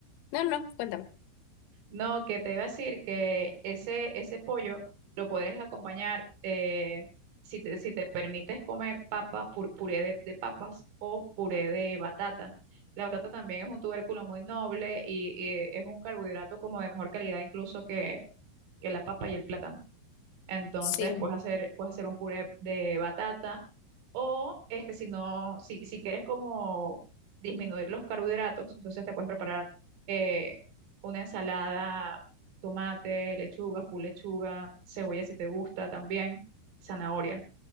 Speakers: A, on the left (about 85°); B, on the right (about 75°).
A: No, no, cuéntame.
B: No, que te iba a decir que ese, ese pollo lo podrías acompañar eh, si te, si te permites comer papa, pur- puré de, de papas o puré de batata. La batata también es un tubérculo muy noble y, y es un carbohidrato como de mejor calidad incluso que, que la papa y el plátano. Entonces
A: Sí,
B: puedes hacer, puedes hacer un puré de batata o este, si no, si, si quieres como disminuir los carbohidratos, entonces te puedes preparar eh, una ensalada, tomate, lechuga, full lechuga, cebolla si te gusta también, zanahoria,